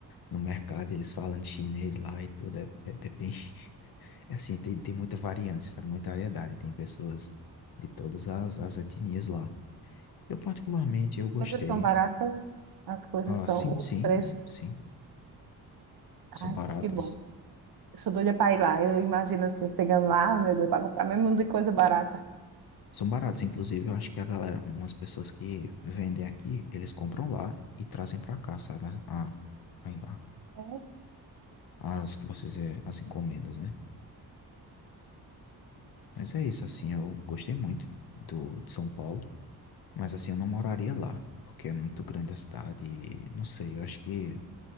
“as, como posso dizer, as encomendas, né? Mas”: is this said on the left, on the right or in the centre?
Left